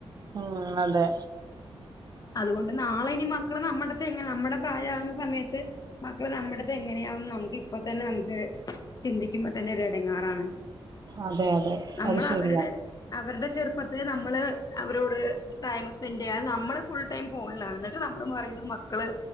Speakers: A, on the right; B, on the left.
A: ഉം അതെ
B: അതുകൊണ്ട് നാളെ ഇനി മക്കള് നമ്മടത്എങ്ങന നമ്മുടെ പ്രായവുന്ന സമയത്ത് മക്കള് നമ്മട്ത്തെ എങ്ങനെയാവെന്ന് നമുക്കി ഇപ്പൊതന്നെ നമുക്ക് ചിന്തിക്കുമ്പോ തന്നെ ഒരു എടങ്ങാറാണ്
A: അതെ അതെ
B: നമ്മൾ
A: അത് ശരിയാ
B: അവര്ടെ അവര്ടെ ചെറുപ്പത്തെ നമ്മള് അവരോട് ടൈമ് സ്പെൻഡ്യ്യാതെ നമ്മള് ഫുൾ ടൈം ഫോണിലണ് എന്നിട്ട് നമ്മള് പറയുന്നു മക്കള്